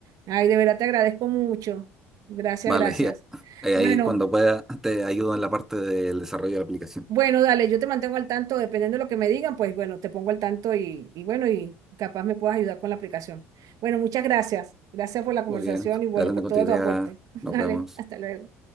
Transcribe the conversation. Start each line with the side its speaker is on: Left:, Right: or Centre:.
Right: Ay, de verdad te agradezco mucho. Gracias,
Centre: Vale,
Right: gracias.
Centre: <laughs> y a-
Right: Bueno.
Centre: ahí cuando pueda te ayudo en la parte del desarrollo de la aplicación.
Right: Bueno, dale, yo te mantengo al tanto, dependiendo de lo que me digan, pues bueno, te pongo al tanto y, y bueno, y capaz me puedas ayudar con la aplicación. Bueno, muchas gracias. Gracias por la conversación
Centre: Muy bien,
Right: y bueno,
Centre: adelante
Right: por
Centre: con
Right: todo
Centre: tu idea,
Right: tu aporte. <laughs> Dale,
Centre: nos vemos.
Right: hasta luego.